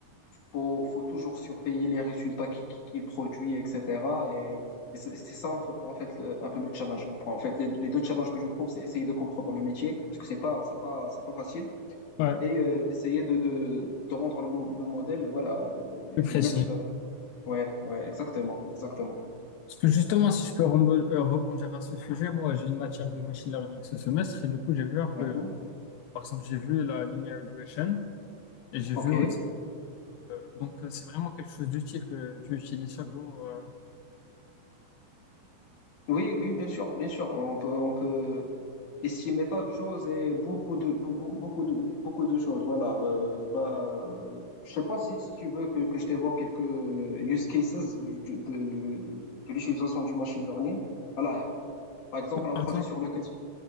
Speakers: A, on the left (about 60°); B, on the left (about 85°).
A: faut faut toujours surveiller les résultats qui qui, qui produit etc. Et, et c'est c'est ça en fait en fait, le- un peu le challenge. En fait, les, les deux challenges que je trouve, c'est essayer de comprendre le métier parce que c'est pas c'est pas c'est pas facile
B: Ouais,
A: et euh, essayer de, de de rendre le, le modèle voilà euh, le
B: plus précis.
A: mettre Ouais, ouais, exactement, exactement.
B: Parce que justement, si je peux rembo- euh, rebondir à ce sujet, moi, j'ai une matière de machine learning ce semestre et du coup, j'ai vu un peu,
A: Mhm.
B: par exemple, j'ai vu la linear regression et j'ai
A: Ok.
B: vu aussi, euh, donc, euh, c'est vraiment quelque chose d'utile que tu utilises chaque jour. euh.
A: Oui, oui, bien sûr, bien sûr. On peut, on peut estimer tant de choses et beaucoup de, be- be- beaucoup de, beaucoup de choses. Voilà. Euh, bah, euh, je sais pas si, si tu veux que, que je t'évoque quelques use cases du- du- de, de l'utilisation du machine learning. Voilà. euh, Par exemple, un
B: Par
A: projet
B: exemple,
A: sur lequel.